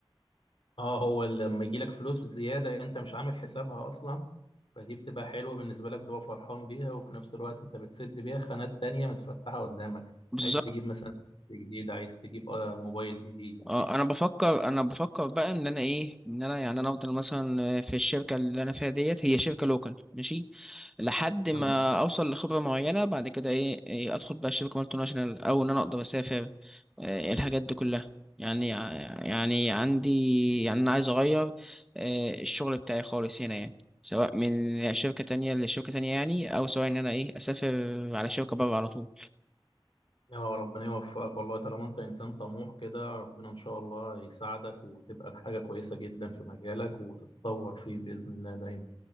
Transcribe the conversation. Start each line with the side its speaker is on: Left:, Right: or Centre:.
Left: اه هو لما يجي لك فلوس زيادة انت مش عامل حسابها اصلا فدي بتبقى حلوة بالنسبة لك بتبقى فرحان بيها وفي نفس الوقت انت بتسد بيها خانات تانية متفتحة قدامك
Centre: بالظبط
Left: عايز تجيب مثلا جديد عايز تجيب آه، موبايل جديد
Centre: اه انا بفكر انا بفكر بقى ان انا ايه ان انا يعني انا افضل مثلا في الشركة اللي انا فيها ديت هي شركة لوكال ماشي لحد ما
Left: تمام
Centre: اوصل لخبره معينه بعد كده ايه, إيه ادخل بقى شركه مالتي ناشونال او ان انا اقدر اسافر إيه الحاجات دي كلها يعني يعني عندي يعني انا عايز اغير إيه الشغل بتاعي خالص هنا يعني سواء من شركه تانية لشركه تانية يعني او سواء ان انا ايه اسافر على شركه بره على طول
Left: يا ربنا يوفقك والله طالما انت انسان طموح كده ربنا ان شاء الله يساعدك وتبقى حاجة كويسة جدا في مجالك وتتطور فيه بإذن الله دايما